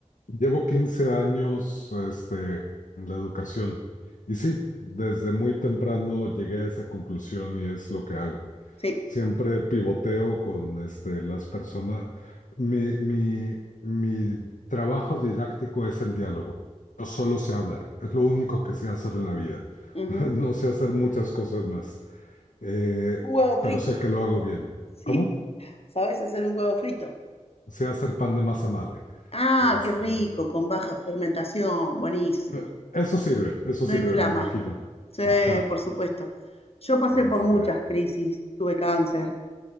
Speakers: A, on the left (about 90°); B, on the left (about 50°).
A: Llevo 15 años este, en la educación y sí, desde muy temprano llegué a esa conclusión y es lo que hago.
B: Sí.
A: Siempre pivoteo con este, las personas. Mi, mi, mi trabajo didáctico es el diálogo. Yo solo sé hablar. Es lo único que sé hacer en la vida.
B: Uh -huh.
A: <laughs> No sé hacer muchas cosas más, Eh,
B: Un huevo
A: pero
B: frito.
A: sé
B: <laughs>
A: que lo hago bien.
B: Sí.
A: ¿Cómo?
B: ¿Sabes hacer un huevo frito?
A: Sé hacer pan de masa madre.
B: Ah,
A: Este,
B: qué rico, con baja fermentación. Buenísimo.
A: eh, eso sirve, eso
B: No
A: sirve,
B: inflama.
A: me imagino.
B: Sí,
A: Ajá.
B: por supuesto. Yo pasé
A: Este,
B: por muchas crisis. Tuve cáncer,